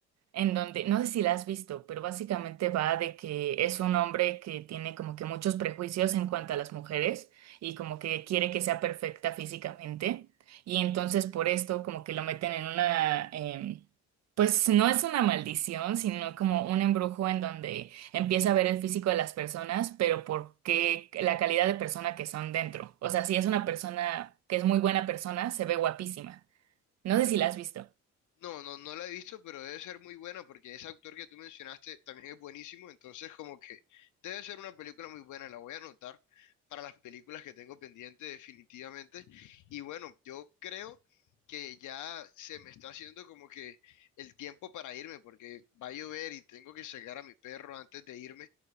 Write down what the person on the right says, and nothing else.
en donde, no sé si la has visto, pero básicamente va de que es un hombre que tiene como que muchos prejuicios en cuanto a las mujeres y como que quiere que sea perfecta físicamente y entonces por esto como que lo meten en una, em, pues no es una maldición, sino como un embrujo en donde empieza a ver el físico de las personas, pero por qué la calidad de persona que son dentro. O sea, si es una persona que es muy buena persona, se ve guapísima. No sé si la has visto.